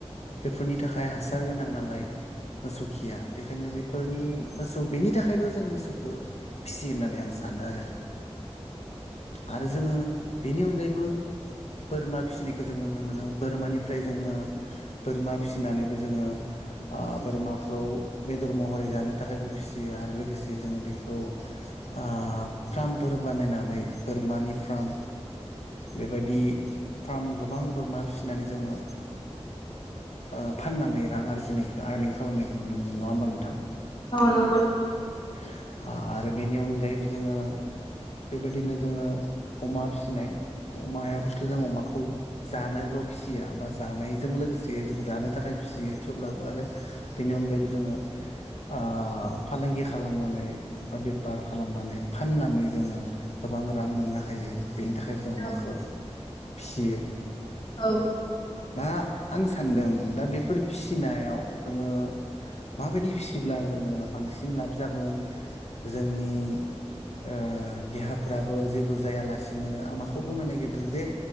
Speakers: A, on the left; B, on the left.
A: बेफोरनि थाखाय हासार गोनां नालाय मोसौ खिया बेखायनो बे फोरनि मोसौ बेनि थाखायबो जों मोसौखो फिसियो होननानै आं सानो आरो आरो जोङो बेनि अनगायैबो बोरमा फिसिनायखो जों नुनो मोनो बोरमानिफ्राय जोङो बोरमा फिसिनानैबो जोङो ओ बोरमाखौ बेदर म हरै जानो थाखायबो फिसियो आरो लोगोसे जोङो बेखौ आ फ्रामफोर बानायनानै बोरमानि फ्राम बेबायदि फार्म गोबां बोरमा फिसिनानै जोङो ओ फाननानै रां आरजिनायखौ आरनिं खालामनायखौ नुनो मोनो नङा होमबा नोंथां? हा
B: औ नंगौ नोंथां
A: आरो बेनि अनगायैबो जोङो बेबायदिनो जोङो अमा फिसिनाय अमायाबोथ' जों अमाखौ जानोल फिसिया बा जानायजों लोगोसे जों जानो थाखाय फिसियो थेवब्लाबो आरो बेनि अनगायैबो जोङो ओ फालांगि खालामनानै बा बेपार खालामनानै फाननानै जोङो गोबां रां मोननो हायो बेनि थाखायबो जों
B: औ
A: अमाखो फियो।
B: औ
A: दा आं सानदों दा बेफोर फिसिनायाव जोङो माबायदि फिसिब्ला जोङो बांसिन लाब जागोन जोंनि ओ देहाफ्राबो जेबो जायालासिनो आं माखौ बुंनो नागिरदों जे